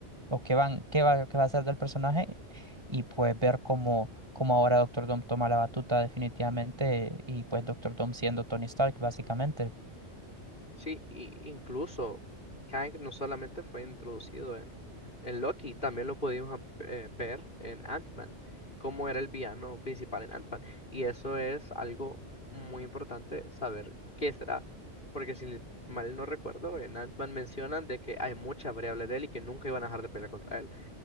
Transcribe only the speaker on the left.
Sí, y incluso Kang no solamente fue introducido en, en Loki, también lo pudimos a- eh, ver en Ant-Man, cómo era el villano principal en Ant-Man. Y eso es algo muy importante saber qué será, porque si mal no recuerdo, en Ant-Man mencionan de que hay muchas variables de él y que nunca iban a dejar de pelear contra él.